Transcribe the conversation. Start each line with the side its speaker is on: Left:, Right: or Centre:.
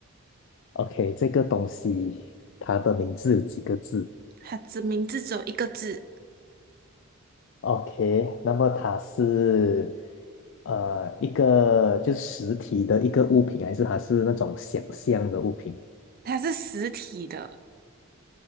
Left: ？OK，这个东西它的名字有几个字？
Right: 它的名字只有一个字，
Left: OK，那么它是呃一个就是实体的一个物品，还是它是那种想象的物品？
Right: 它是实体的，